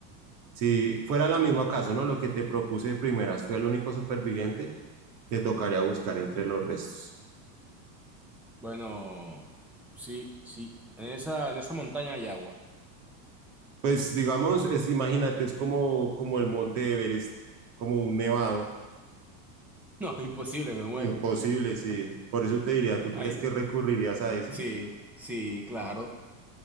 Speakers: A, on the right (about 50°); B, in the centre.
A: Si fuera el mismo caso, ¿no? Lo que te propuse de primeras, tú el único superviviente, te tocaría buscar entre los restos.
B: bueno, sí, sí, en esa, en esa montaña hay agua.
A: Pues digamos, es, imagínate, es como, como el monte Everest, como un nevado,
B: <laughs> No, imposible, me muero.
A: imposible, sí. Por eso te diría, ¿tú crees
B: Ahí,
A: que recurrirías a eso?
B: sí, sí, claro.